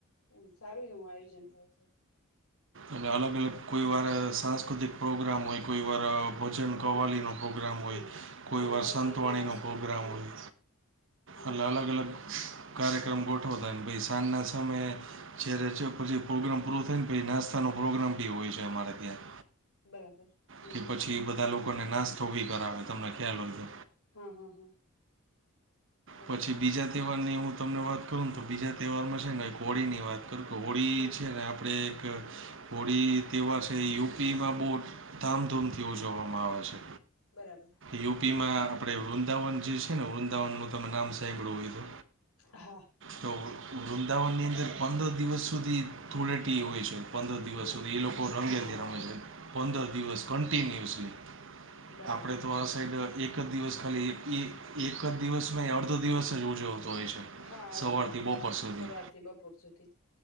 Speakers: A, on the left (about 85°); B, on the right (about 60°).
A: એમ સારું એવું આયોજન થાય છે
B: અને અલગ અલગ કોઈ વાર સાંસ્કૃતિક પ્રોગ્રામ હોય કોઈ વાર ભજન
A: હમ
B: કવાલીનો પ્રોગ્રામ
A: હમ
B: હોય કોઈ
A: કોકવાર
B: વરસંતવાણીનો
A: દાંડિયા રાસ
B: પ્રોગ્રામ
A: હા
B: હોય
A: હમ
B: અ અલગ અલગ કાર્યક્રમ ગોઠવતા ભ સાંજના સમયે જ્યારે છે પછી પ્રોગ્રામ પૂરો થઈ ને પછી નાસ્તાનો પ્રોગ્રામ બી હોય છે અમારે ત્યાં
A: બરાબર હમ
B: કે
A: હમ
B: પછી
A: હમ
B: એ બધા લોકોને નાસ્તો ભી કરાવે તમને ખ્યાલ હોય તો
A: હા હા હા બરાબર
B: પછી બીજા તહેવારની હું તમને વાત કરું તો બીજા તહેવારમાં છે ને કો હોળી ની વાત ું કે હોળી
A: હા
B: છે ને આપણે એક હોળી તેવા છે યુપીમાં બહુ ધામધૂમથી ઉજવવામાં આવે છે
A: બરાબર
B: યુપી માં આપડે વૃંદાવન જે છે ને વૃંદાવન નું તને નામ સાંભવું હોય તો
A: હા
B: તો વૃંદાવનની અંદર પંદર દિવસ સુધી ધૂળેટી હોય છે પંદર દિવસ
A: ઓહ
B: સુધી એ લોકો રંગેથી
A: બરાબર
B: રમે છે પંદર દિવસ કન્ટિન્યુઅસલી
A: બરાબર
B: આપણે તો આ સાઈડ એક જ દિવસ ખાલી એ એક જ દિવસ મે અડધો દિવસ જ ઉવું જોવતો હોય છે
A: હા અડધો
B: સવારથી
A: દિવસ
B: બપોર
A: હોય
B: સુધી
A: સવારથી બપોર સુધી